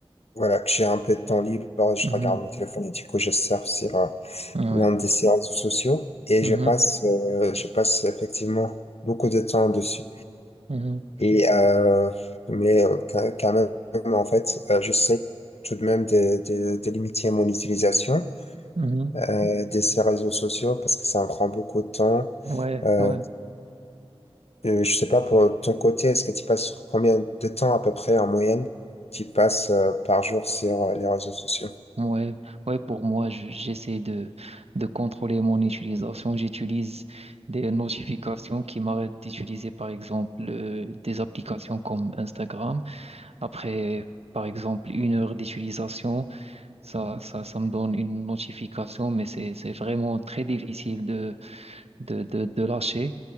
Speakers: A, on the left; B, on the right.
A: Voilà, que j'ai un peu de temps libre, je
B: Mhm.
A: regarde mon téléphone et du coup je surfe sur euh,
B: Ouais.
A: l'un de ces réseaux sociaux et
B: Mhm.
A: je passe, euh, je passe effectivement beaucoup de temps dessus.
B: Mhm.
A: Et euh, mais euh, quand quand même, en fait, euh, je sais tout de même de, de, de limiter mon utilisation
B: Mhm.
A: euh, de ces réseaux sociaux parce que ça me prend beaucoup de temps.
B: Ouais.
A: Euh,
B: Ouais.
A: euh, je sais pas pour ton côté, est-ce que tu passes combien de temps à peu près en moyenne tu passes euh, par jour sur euh, les réseaux sociaux?
B: Ouais, ouais, pour moi, je- j'essaie de, de contrôler mon utilisation. J'utilise des notifications qui m'arrêtent d'utiliser, par exemple, euh, des applications comme Instagram. Après, par exemple, une heure d'utilisation, ça, ça, ça me donne une notification, mais c'est, c'est vraiment très difficile de, de, de lâcher.